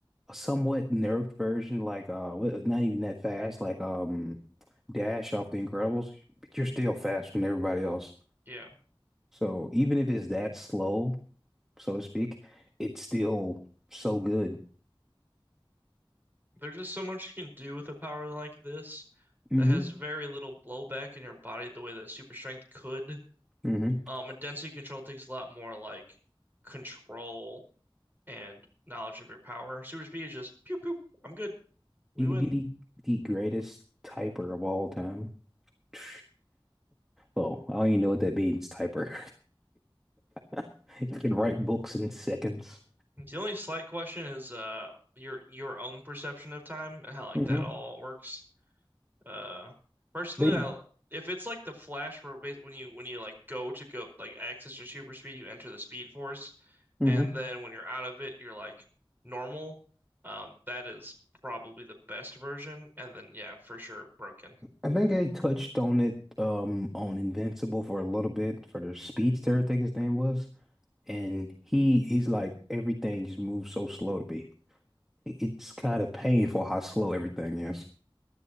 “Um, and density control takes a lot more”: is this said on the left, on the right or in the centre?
Right